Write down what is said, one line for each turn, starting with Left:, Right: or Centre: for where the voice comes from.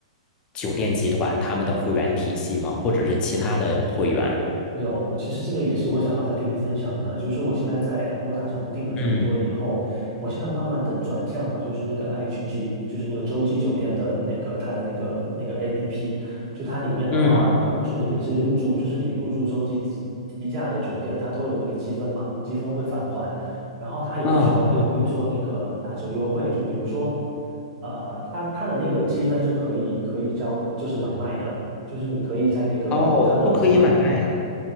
Left: 酒店集团他们的会员体系吗？或者是其他的会员？
Right: 有，其实这个也是我想要再跟你分享的，就是我现在在 a g o d 上面订了这么多以后，
Left: 嗯
Right: 我现在慢慢的转向了，就是那个 IHG，就是那个洲际酒店的那个它的那个那个 APP，就它里面的话，
Left: 嗯
Right: 它不是你每次入住，就是你入住洲际旗下的酒店，它都有那个积分嘛，积分会返还，然后它有的时候还会做那个打折优惠，
Left: 啊，对对，
Right: 就比如说，呃，它它的那个积分是可以可以交，就是买卖的。就是你可以在那个它的网站
Left: 哦，都可以买卖啊。